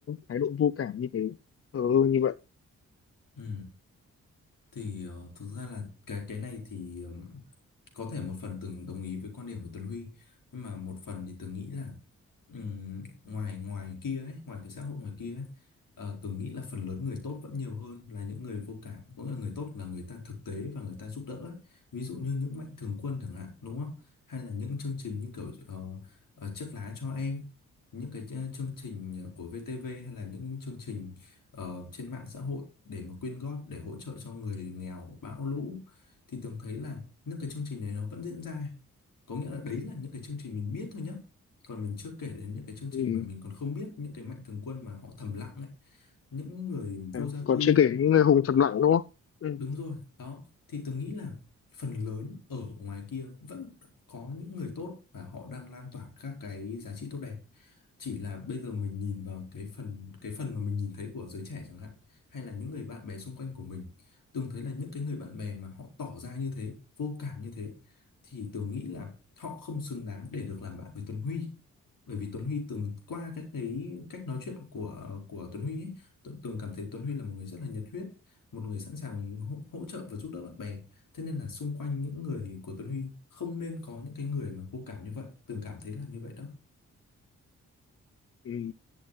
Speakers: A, on the left (about 40°); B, on the left (about 65°).
A: thái độ vô cảm như thế ờ như vậy
B: ừ thì ờ, thực ra là cái cái này thì ờm, có thể một phần từng đồng ý với quan điểm của Tuấn Huy nhưng mà một phần thì từng nghĩ là ừm, ngoài ngoài kia ấy ngoài cái xã hội ngoài kia ấy ờ, từng nghĩ là phần lớn người tốt vẫn nhiều hơn là những người vô cảm cũng là người tốt là người ta thực tế và người ta giúp đỡ ấy. Ví dụ như những mạnh thường quân chẳng hạn đúng không hay là những chương trình như kiểu ờ, ờ, chiếc lá cho em những cái ch- chương trình ờ, của VTV hay là những chương trình ờ, trên mạng xã hội để mà quyên góp để hỗ trợ cho người nghèo bão lũ thì Tường thấy là những cái chương trình này nó vẫn diễn ra có nghĩa là đấy là những cái chương trình mình biết thôi nhá còn mình chưa kể đến những cái chương trình
A: ừ.
B: mà mình còn không biết những cái mạnh thường quân mà họ thầm lặng ấy những người
A: à,
B: vô gia
A: còn
B: cư
A: chưa kể những người hùng thầm lặng đúng không ừ.
B: Đúng rồi, đó. Thì tôi nghĩ là phần lớn ở ngoài kia vẫn có những người tốt và họ đang lan tỏa các cái giá trị tốt đẹp. Chỉ là bây giờ mình nhìn vào cái phần cái phần mà mình nhìn thấy của giới trẻ chẳng hạn, hay là những người bạn bè xung quanh của mình, Tường thấy là những cái người bạn bè mà họ tỏ ra như thế, vô cảm như thế, thì Tường nghĩ là họ không xứng đáng để được làm bạn với Tuấn Huy. Bởi vì Tuấn Huy từng qua các cái cách nói chuyện của của Tuấn Huy ấy, Tường Tường cảm thấy Tuấn Huy là một người rất là nhiệt huyết một người sẵn sàng hỗ, hỗ trợ và giúp đỡ bạn bè thế nên là xung quanh những người của Tuấn Huy không nên có những cái người mà vô cảm như vậy Tường cảm thấy là như vậy đó
A: Ừ.